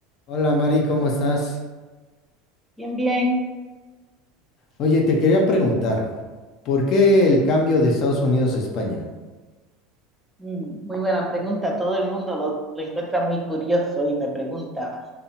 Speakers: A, on the left (about 55°); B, in the centre.
A: Hola Mari, ¿cómo estás?
B: Bien, bien.
A: Oye, te quería preguntar, ¿por qué el cambio de Estados Unidos a España?
B: Mm, Muy buena pregunta. Todo el mundo lo, lo encuentra muy curioso y me pregunta.